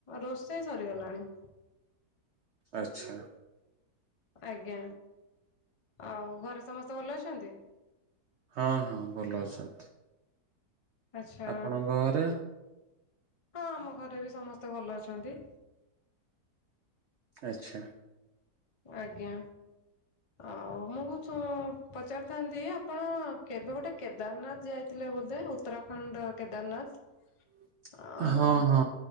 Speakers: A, on the left (about 60°); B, on the right (about 80°).
A: ରୋଷେଇ ସରିଗଲାଣି।
B: ଆଚ୍ଛା
A: ଆଜ୍ଞା, ଆଉ ଘରେ ସମସ୍ତେ ଭଲ ଅଛନ୍ତି?
B: ହଁ ହଁ ଭଲ ଅଛନ୍ତି।
A: ଆଚ୍ଛା,
B: ଆପଣଙ୍କ ଘରେ
A: ହଁ ଆମ ଘରେ ବି ସମସ୍ତେ ଭଲ ଅଛନ୍ତି।
B: ଆଚ୍ଛା
A: ଆଜ୍ଞା ଆଉ ମୁଁ କହୁ ଉଁ ପଚାରିଥାନ୍ତି ଥାନ୍ତି ଆପଣ କେବେ ଗୋଟେ କେଦାରନାଥ ଯାଇଥିଲେ ବୋଧେ, ଉତ୍ତରାଖଣ୍ଡ କେଦାରନାଥ?
B: <inaudible>
A: ଅ
B: ହଁ ହଁ